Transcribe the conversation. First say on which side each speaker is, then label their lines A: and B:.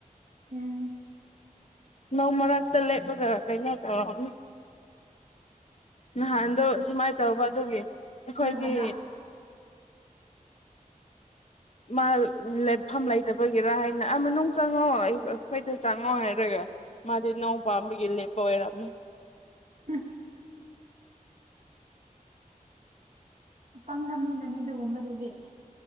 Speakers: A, on the right; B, on the left.
A: ꯎꯝ
B: ꯅꯧ ꯃꯔꯛꯇ ꯂꯦꯞꯄꯒꯔ ꯀꯩꯅꯣ ꯇꯧꯔ ꯅꯍꯥꯟꯗꯣ ꯁꯨꯃꯥꯏꯅ ꯇꯧꯕ ꯑꯗꯨꯒꯤ ꯑꯩꯈꯣꯏꯗꯤ
A: ꯅꯣꯏ ꯍꯥꯟꯅ
B: ꯃꯥ ꯂꯦꯞꯐꯝꯐꯝ
A: ꯎꯝ
B: ꯂꯩꯇꯕ ꯒꯦꯔꯥ ꯍꯥꯏꯅ ꯃꯅꯨꯡ ꯆꯪꯉꯛꯑꯣ ꯑꯩ ꯑꯩꯈꯣꯏꯗ ꯆꯪꯉꯣ ꯍꯥꯏꯔꯒ ꯃꯥꯗꯤ ꯅꯣꯡ ꯄꯥꯝꯕꯒ ꯂꯩꯦ ꯄꯔꯝ
A: ꯎꯝ ꯑ ꯄꯪꯕ ꯃꯤꯅꯅꯦ ꯑꯗꯨꯒꯨꯝꯕꯗꯨꯗꯤ